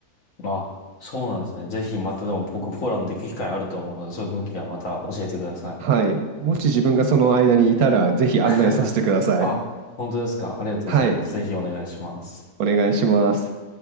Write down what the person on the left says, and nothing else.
あ、そうなんですね。ぜひまたでも僕ポーランド行く機会あると思うので、そういう時はまた教えてください。
<laughs> あ、本当ですか。ありがとうございます。
ぜひお願いします。